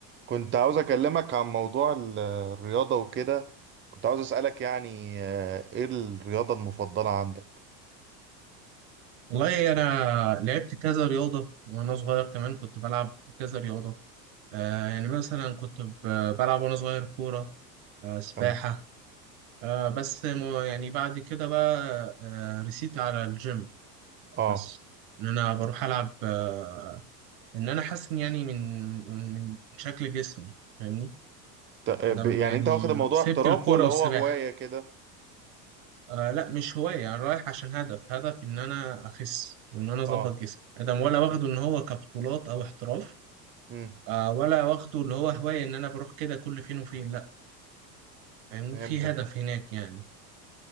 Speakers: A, on the right; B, on the right.
A: كنت عاوز أكلمك عن موضوع ال- الرياضة وكده كنت عاوز أسألك يعني آه، إيه الرياضة المفضلة عندك
B: والله أنا لعبت كذا رياضة وأنا صغير كمان كنت بلعب كذا رياضة آه يعني مثلا كنت ب- بلعب وأنا صغير كورة آه سباحة
A: تمام
B: آه بس م- يعني بعد كده بقى آه رسيت على الجيم
A: آه
B: بس إن أنا بروح ألعب آه إن أنا حاسس إن يعني من من من شكل جسمي فاهمني
A: ت- آه،
B: أدم
A: ب- يعني
B: يعني
A: أنت واخد الموضوع
B: سبت
A: احتراف
B: الكورة
A: ولا
B: والسباحة
A: هو هواية كده
B: آه لا مش هواية أنا رايح عشان هدف هدف إن أنا أخس وإن أنا أظبط
A: آه
B: جسمي أدم ولا واخده إن هو كبطولات أو احتراف
A: مم.
B: آه ولا واخده اللي هو هواية إن أنا بروح كده كل فين وفين لأ يعني
A: فهمتك
B: في هدف هناك يعني